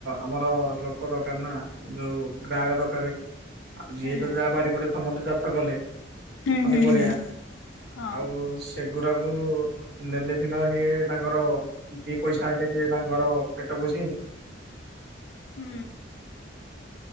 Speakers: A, on the right (about 55°); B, on the left (about 85°).
A: ଆମର ଲୋକ ଦୋକାନ ନା। ଯୋଉ ଗ୍ରାହକ ଦରକାର ଯିଏ
B: ହୁଁ
A: ତ ଯାହା ବାରିପଟେ ସମସ୍ତେ ଚାଷ କଲେ।
B: ହୁଁ
A: ପନିପରଆ
B: ହୁଁ ହଁ
A: ଆଉ େଗଡାକୁ ନେଲେ ସନା ସିଏ ତାଙ୍କର ଦି ପଇସା ହେଇଲେ ସି ତାଙ୍କ ଘର ପେଟ ବୋଝ
B: ହୁଁ।